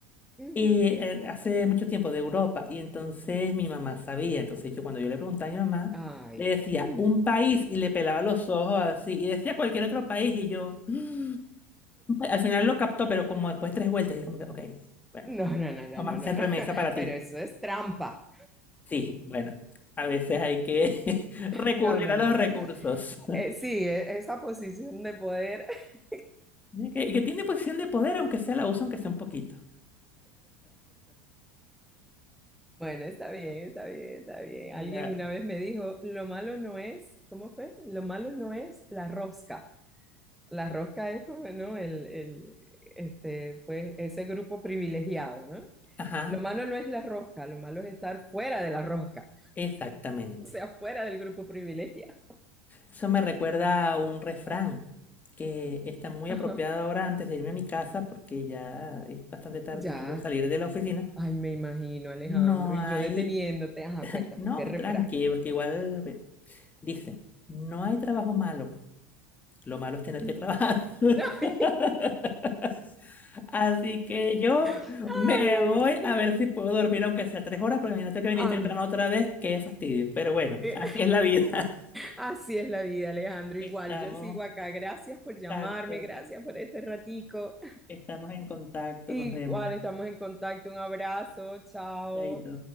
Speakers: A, in the centre; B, on the left (about 25°).
A: Ujú.
B: Y eh, hace mucho tiempo de Europa, y entonces mi mamá sabía, entonces yo cuando yo le preguntaba a mi mamá,
A: Ay.
B: le decía
A: <laughs>
B: un país y le pelaba los ojos así, y decía cualquier otro país, y yo "Mm". al final lo captó, pero como después de tres vueltas, y como que, ok, bueno,
A: No, no, no, no,
B: mamá,
A: no, no,
B: centro
A: no.
B: de mesa para ti.
A: Pero eso es trampa.
B: Sí, bueno, a veces hay que <laughs> recurrir
A: No, no,
B: a los
A: no, no,
B: recursos.
A: no. Eh, sí, e- esa posición de poder. <laughs>
B: ¿eh? Que, que tiene posición de poder, aunque sea la usa, aunque sea un poquito.
A: Bueno, está bien, está bien, está bien.
B: Mira,
A: Alguien una vez me dijo, lo malo no es, ¿cómo fue? Lo malo no es la rosca. La rosca es como, ¿no? El, el, este, pues, ese grupo privilegiado, ¿no?
B: ajá,
A: Lo malo no es la rosca, lo malo es estar fuera de la rosca,
B: exactamente.
A: o sea, fuera del grupo privilegiado.
B: Eso me recuerda a un refrán que está muy
A: Ajá.
B: apropiado ahora antes de irme a mi casa porque ya es bastante tarde
A: Ya,
B: y quiero salir de la oficina.
A: ay, me imagino, Alejandro,
B: No
A: y
B: hay...
A: yo deteniéndote, ajá, cuéntame,
B: No,
A: ¿qué refrán?
B: tranqui, porque igual... bueno, dice, no hay trabajo malo. Lo malo es tener
A: <laughs>
B: que trabajar. <laughs>
A: Ay,
B: Así que yo
A: ay,
B: me voy
A: Alejandro,
B: a ver si puedo dormir aunque sea tres horas porque mañana tengo que venir
A: anda.
B: temprano otra
A: <laughs>
B: vez. Qué fastidio. Pero bueno,
A: Eh,
B: así es la vida. <laughs>
A: Así es la vida, Alejandro. Igual
B: Estamos...
A: yo sigo acá. Gracias por llamarme,
B: Exacto.
A: gracias por este ratico.
B: Estamos en contacto,
A: Igual
B: nos vemos.
A: estamos en contacto. Un abrazo, chao.
B: Chaito.